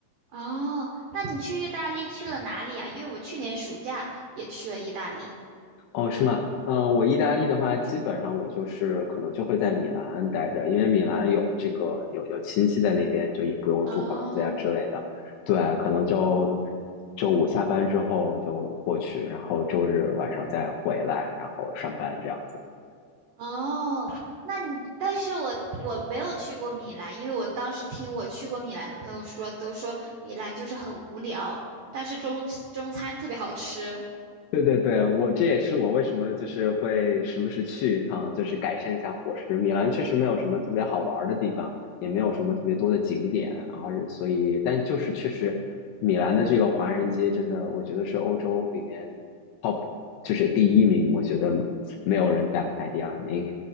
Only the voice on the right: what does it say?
哦，那你去意大利去了哪里啊？因为我去年暑假也去了意大利。
嗯，
哦
哦，那你，但是我我没有去过米兰，因为我当时听我去过米兰的朋友说，都说米兰就是很无聊，但是中中餐特别好吃。